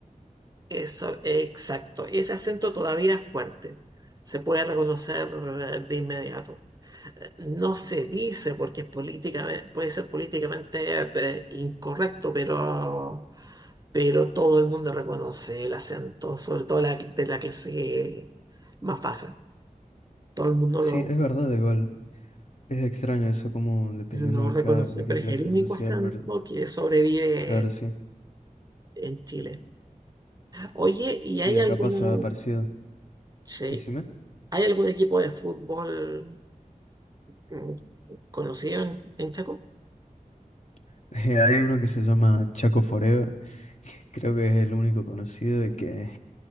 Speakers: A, on the right (about 25°); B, on the left (about 55°).
A: Eso, exacto. Ese acento todavía es fuerte. Se puede reconocer eh, de inmediato. No se dice porque es políticamente, puede ser políticamente eh, incorrecto, pero pero todo el mundo reconoce el acento, sobre todo la, de la clase más baja. Todo el mundo
B: Sí,
A: lo,
B: es verdad, igual. Es extraño eso, como dependiendo
A: lo
B: de
A: reconoce,
B: cada, de
A: pero
B: qué clase
A: es el único
B: social,
A: acento
B: pero-
A: que sobrevive
B: Claro, sí.
A: en Chile. Oye, ¿y
B: Sí,
A: hay
B: acá
A: algún,
B: pasa parecido.
A: sí,
B: Decime.
A: ¿hay algún equipo de fútbol mm, conocido en, en Chaco?
B: <laughs> Hay uno que se llama Chaco Forever, <laughs> que creo que es el único conocido y que,